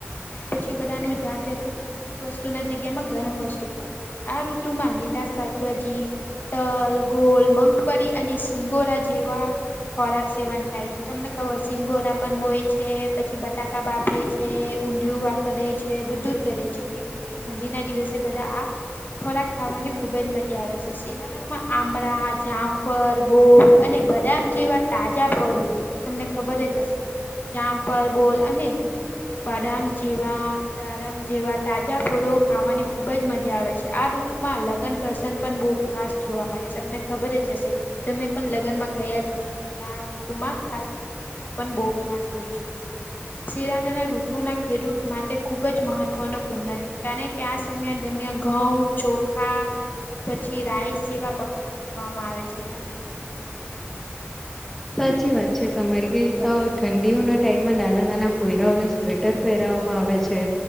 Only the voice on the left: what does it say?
ને પછી બધા ન જાત જાાતનુંું ઠંડુ વસ્તુ ના જગ્યા માં ગરમ વસ્તુ ખાય આ ઋતુમાં લીલા શાકભાજી તલ ગોલ મગફળી અને સિંગોરા જેવા ખોરાક સેવન થાય છે તમને ખબર સિંગોરા પણ હોય છે પછી બટાકા બાફે છે ઊંધિયું વા કરે છે બધું જ કરે છે કેમકે ઠંડીના દિવસે બધા આ ખોરાક ખાવાની ખુબ જ મજા આવે છે શિરાારામાં આંબળા જામંફર બોર અને બદામ જેવા તાજા ફળો તમને ખબર જ હશે જામ પર બોલ અને બાદામ જેવા ડાડમ જેવા તાજા ફોળો ખાવાની ખુબ જ મજા આવે છે કે આ ઋતુમાં લગ્ન પ્રસન્ન પણ બહુ ખાસ જોવા મળે છે તમને ખબર જ હશે તમે પણ લગ્ન માં ગયા જ હશો કે આ ઋતુમાં ખાસ કરીને પણ બ ખાસ હોય છે શેરાના ના રઋટુ ના ખેડૂત માટે ખૂબ જ મહત્વનો પૂર્ણ છે કારણ કે આ સમય દરમિયાન ઘઉં ચોખા પછી રાઈસ જેવા પકવન લેવામાં આવે છે તમે શું કવા માંગુ છો